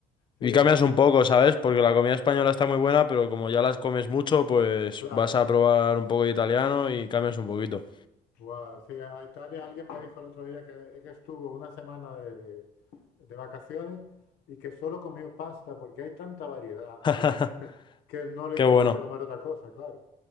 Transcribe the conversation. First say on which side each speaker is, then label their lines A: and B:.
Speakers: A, on the left; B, on the left.
A: sí,
B: Y
A: yo
B: cambias
A: creo que...
B: un poco, ¿sabes? Porque la comida española está muy buena, pero como ya las comes mucho, pues
A: Claro,
B: vas a probar un poco de italiano y cambias un poquito.
A: wow. Sí, a Italia alguien me dijo el otro día que, que estuvo una semana de, de- de vacaciones y que solo comió pasta porque hay tanta variedad
B: <laughs>
A: y es <laughs> que no le
B: Qué
A: hizo
B: bueno,
A: falta comer otra cosa, claro.